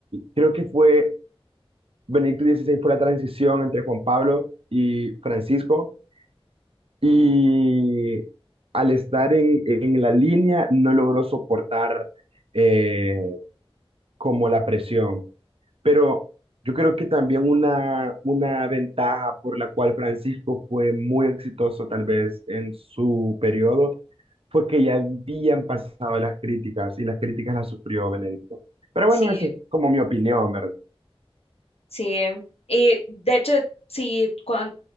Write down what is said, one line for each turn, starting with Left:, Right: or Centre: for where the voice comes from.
Right: creo que fue, Benedicto XVI fue la transición entre Juan Pablo y Francisco y al estar en, en la línea no logró soportar eh, como la presión. Pero yo creo que también una, una ventaja por la cual Francisco fue muy exitoso tal vez en su periodo fue que ya habían pasado las críticas y las críticas las sufrió Benedicto. Pero
Left: Sí.
Right: bueno, esa es como mi opinión, ¿verdad?
Left: Sí, y de hecho, sí, cuan-